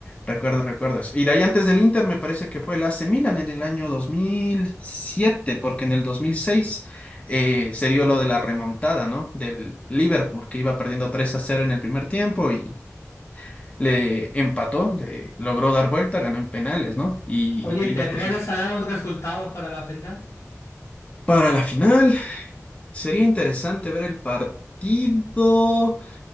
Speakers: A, on the left (about 25°); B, on the left (about 50°).
A: Recuerdo, recuerdo eso. Y de ahí antes del Inter me parece que fue el AC Milan en el año 2007, porque en el 2006 eh, se dio lo de la remontada, ¿no? Del Liverpool, que iba perdiendo 3 a cero en el primer tiempo y le empató, le logró dar vuelta, ganó en penales, ¿no? Y
B: Oye,
A: el Liverpool
B: ¿te atreves
A: se hizo.
B: a dar un resultado para la final?
A: Para la final, sería interesante ver el partido.